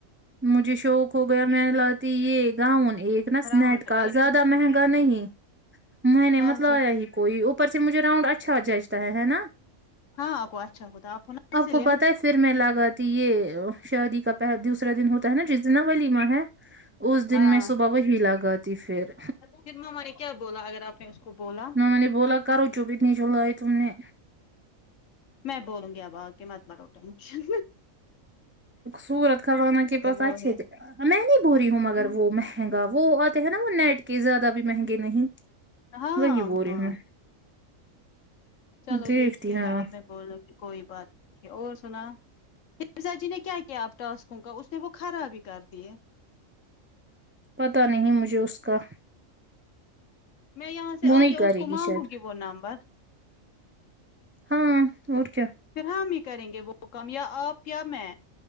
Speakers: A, on the right (about 20°); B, on the left (about 70°).
A: مجھے شوق ہو گیا میں لاتی یہ گاؤن ایک نا سنیٹ
B: راؤنڈ
A: کا
B: ایج۔
A: زیادہ مہنگا نہیں میں نے
B: اچھا
A: مت لیا ہی کوئی اوپر سے مجھے راؤنڈ اچھا جچتا ہے نا
B: ہاں آپ کو اچھا ہوتا آپ ہو نہ سلم
A: کو پتہ ہے پھر میں لگا تی یہ شادی کا پہ دوسرا دن ہوتا ہے نا جس دن نہ ولیمہ ہے اس دن
B: ہاں
A: میں صبح وہی لگاتی پھر
B: پھر مما نے کیا بولا اگر آپ نے اس کو بولا
A: میں نے بولا کرو چپ اتنی جو لائی تم نے
B: میں بولوں گی اب آ کے مٹ بڑھاؤ ٹنشن
A: سورت خزانہ کے پاس
B: ہے وہ
A: اچھے
B: ہے
A: تھے میں نہیں بول رہی ہوں مگر
B: ہاں
A: وہ مہنگا وہ آتے ہیں نا وہ نیٹ کے زیادہ بھی مہنگے نہیں
B: ہاں
A: وہی بول ری ہوں میں
B: چلو
A: دیکھتی
B: دیکھتے
A: ہاں
B: ہیں اب میں بولو کے کوئی بات نہیں اور سناؤ مرزا جی نے کیا کیا آپ ٹاسکوں کا وہ خراب ہی کرتی ہے
A: پتا نہیں مجھے اس کا
B: میں یہاں سے
A: وہ
B: آ
A: نہیں
B: کے
A: کرے
B: اس کو مانگوں
A: شاید
B: گی وہ نمبر
A: ہاں اور کیا
B: پھر ہم ہی کریں گے وہ کام یا آپ یا میں